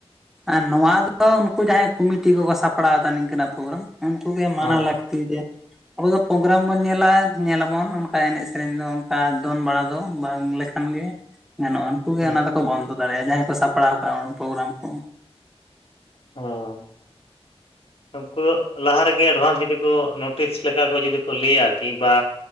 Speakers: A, in the centre; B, on the left.
A: ᱟᱨ ᱱᱚᱣᱟ ᱫᱚ ᱩᱱᱠᱩ ᱡᱟᱦᱟᱸᱭ ᱠᱩᱢᱤᱴᱤ ᱠᱚᱠᱚ ᱥᱟᱯᱲᱟᱣ ᱮᱫᱟ ᱱᱤᱝᱠᱟᱹᱱᱟᱜ ᱯᱳᱜᱨᱟᱢ, ᱩᱱᱠᱩ ᱜᱮ ᱢᱟᱱᱟ
B: ᱦᱮᱸ
A: ᱞᱟᱹᱠᱛᱤ ᱡᱮ ᱟᱵᱚ ᱫᱚ ᱯᱳᱜᱨᱟᱢ ᱵᱚᱱ ᱧᱮᱞᱟ ᱧᱮᱞᱟᱵᱚᱱ ᱚᱱᱠᱟ ᱮᱱᱮᱡ ᱥᱮᱨᱮᱧ ᱫᱚ ᱚᱱᱠᱟ ᱫᱚᱱ ᱵᱟᱲᱟ ᱫᱚ ᱵᱟᱝ ᱞᱮᱠᱷᱟᱱ ᱜᱮ, ᱜᱟᱱᱚᱜᱼᱟ ᱩᱱᱠᱩ ᱜᱮ
B: ᱦᱮᱸ
A: ᱚᱱᱟ ᱫᱚᱠᱚ ᱵᱚᱱᱫᱚ ᱫᱟᱲᱮᱭᱟᱜᱼᱟ ᱡᱟᱦᱟᱸᱭ ᱠᱚ ᱥᱟᱯᱲᱟᱣ ᱠᱟᱜᱼᱟ ᱯᱳᱜᱨᱟᱢ ᱠᱚ
B: ᱦᱩᱸ <inaudible> ᱩᱱᱩᱠᱩ ᱞᱟᱦᱟ ᱨᱮᱜᱮ ᱮᱰᱵᱷᱟᱱᱥ ᱡᱩᱫᱤ ᱠᱚ ᱱᱳᱴᱤᱥ ᱞᱮᱠᱟ ᱠᱚ ᱡᱩᱫᱤ ᱠᱚ ᱞᱟᱹᱭᱟ ᱟᱨᱠᱤ ᱵᱟ